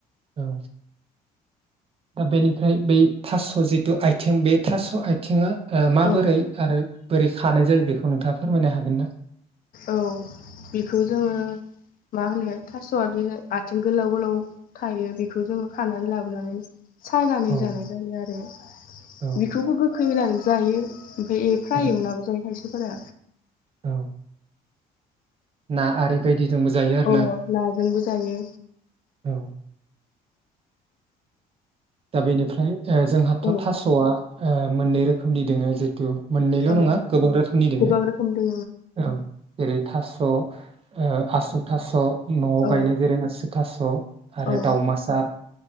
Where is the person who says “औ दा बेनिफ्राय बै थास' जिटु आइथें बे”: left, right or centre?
Right